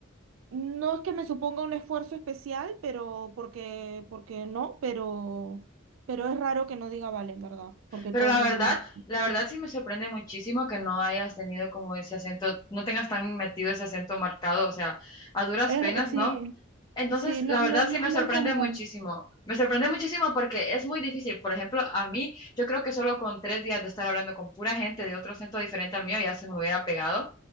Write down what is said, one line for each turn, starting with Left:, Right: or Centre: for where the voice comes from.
Right: no es que me suponga un esfuerzo especial, pero porque, porque no, pero, pero es raro que no diga vale, en verdad, porque
Left: Pero
Right: todo
Left: la
Right: el mundo
Left: verdad,
Right: dice.
Left: la verdad sí me sorprende muchísimo que no hayas tenido como ese acento, no tengas tan metido ese acento marcado, o sea, a duras
Right: Es,
Left: penas,
Right: sí,
Left: ¿no? Entonces,
Right: sí, no,
Left: la
Right: no,
Left: verdad
Right: no
Left: sí me
Right: es muy
Left: sorprende
Right: común.
Left: muchísimo. Me sorprende muchísimo porque es muy difícil. Por ejemplo, a mí, yo creo que solo con tres días de estar hablando con pura gente de otro acento diferente al mío ya se me hubiera pegado.